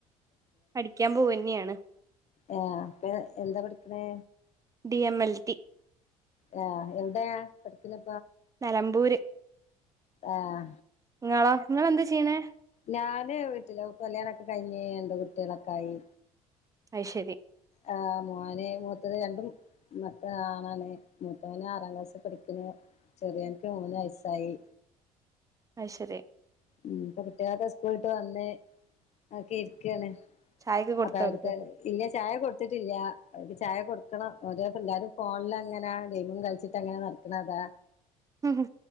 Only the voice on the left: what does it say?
ആ അപ്പെ എന്താ പിഠിക്കണേ
ആ എവിടെ പഠിക്കുന്നേ
ആഹ്
ഞാന് വീട്ടില് കല്യാണൊക്കെ കഴിഞ്ഞ് രണ്ട് കുട്ടികളൊക്കെ ആായി
ആ മോന് മൂത്തത് രണ്ടും മക്കള് ആണാണ് മൂത്തവന ആറാം ക്ലാസ്സിൽ പഠിക്കുന്നു ചെറിയ വൻ- ക്ക് മൂന്ന് വയസായി.
ഉം പ്പൊ കുട്ട്യെളൊക്കെ സ്‌കൂൾട്ട് വന്ന് ഒക്കെര്ക്കാണ്.
അപ്പൊ അവര്ക്ക്
ഇല്ല ചായ കൊട്ത്തിട്ടില്ല. അവര്ക്ക് ചായ കൊടുക്കണം ഒരോക്കെല്ലാരും ഫോണില ങ്ങനെ ഗെയിമും കളിച്ചിട്ടങ്ങനെ നടക്ക്ണതാ.